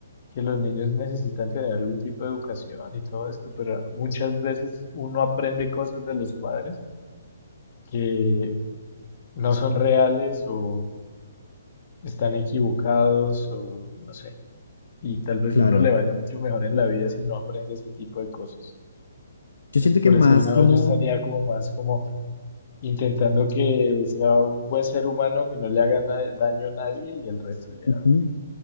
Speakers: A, on the left; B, on the left.
A: que los niños necesitan tener algún tipo de educación y todo esto, pero muchas veces uno aprende cosas de los padres que no son reales o están equivocados o no sé. Y tal vez
B: Claro.
A: uno le vaya mucho mejor en la vida si no aprende ese tipo de cosas.
B: Yo
A: Entonces,
B: siento
A: por
B: que más
A: ese lado
B: como,
A: yo estaría como más como intentando que sea un buen ser humano, que no le haga na- daño a nadie y el resto ya
B: ujú,